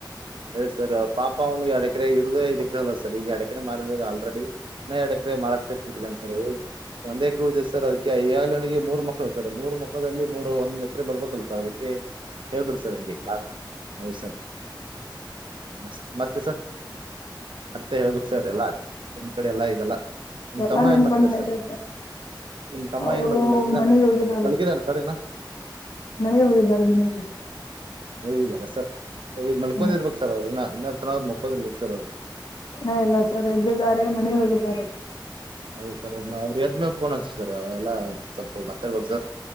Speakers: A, on the right; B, on the left.
A: ಹೇಳಿ ಸರ್ ಪಾಪ ಅವ್ನು ಯಾಡೆಕರೆ ಇರೂದ ಐದ ಎಕರೆ ಹೊಲ ಸರ್ ಈಗ ಯಾಡೆಕರೆ ಮಾರಿರೋದು ಆಲ್ರೆಡಿ ಇನ್ನ ಯಾಡೆ ಕ್ರೆ ಮಾರಾಟಕ್ಕಚ್ಬಿಟ್ಟಿದಾನ್ ಸರ್ ಒಂದ್ ಎಕರೆ ಉಳ್ದಿದೆ ಸರ್ ಅದಕ್ಕೆ ಅಯ್ಯಾಲನಿಗೆ ಮೂರು ಮಕ್ಳು ಸರ್ ಮೂರು ಮಕ್ಕಳದಲ್ಲಿ ಮೂರು ಒಂದ್ ಎಕರೆ ಬರ್ಬೇಕಲ್ಲ ಕ ದಿಕ್ಕೆ ಹೇಳ್ಬಿಡ್ ಸರ್ ಅವ್ನ್ಗೇ ಸರ್ ಹಾ ಸರ್ ಮತ್ತೆ ಸರ್ ಮತ್ತೆ ಹೇಳ್ಬೇಕು ಸರ್ ಎಲ್ಲ ನಿಮ್ ಕಡೆ ಎಲ್ಲ ಈಗೆಲ್ಲಾ ನಿಮ್ಮ
B: ಎಲ್ಲ
A: ತಮ್ಮ
B: ನಿಮ್
A: ಏನ್ ಮಾಡ್ತಿದಾರೆ
B: ಕಡೆನೇ
A: ಸರ್.
B: ಇದೆ
A: ನಿಮ್ ತಮ್ಮ
B: ಅವರು
A: ಏನ್ ಮಾಡಿದ ಮಲ್ಕಿದಾನ
B: ಮನೆಗೆ
A: ಸರ್
B: ಹೋಗಿದ್ದಾರೆ
A: ಮಲ್ಗಿದಾನ ಸರ್ ಇನ್ನ.
B: ಮನೆಗೆ ಹೋಗಿದ್ದಾರೆ ಮನೆಗೆ.
A: ಮನೇಲಿದ್ದಾರ ಸರ್ ಈ ಮಲ್ಕೊಂಡಿರ್ಬೇಕು
B: ಹಾ
A: ಸರ್ ಅವ್ರು ಇನ್ನ ಇನ್ನತ್ರ ಮಲ್ಕೊಂಡಿರ್ಬೇಕು ಅವ್ರು
B: ಹಾ ಇಲ್ಲ ಸರ್ ಎದ್ದಿದ್ದಾರೆ ಮನಿಗೆ ಹೋಗಿದ್ದಾರೆ.
A: ಹೌದಾ ಸರ್ ಅವ್ರ ಎದ್ಮೇಲಾ ಪೋನ್ ಹಚ್ಚ್ರಿ ಸರ್ ಅವ ಎಲ್ಲ ಸ್ವಲ್ಪ ಮಾತಾಡ್ಬೇಕ್ ಸರ್.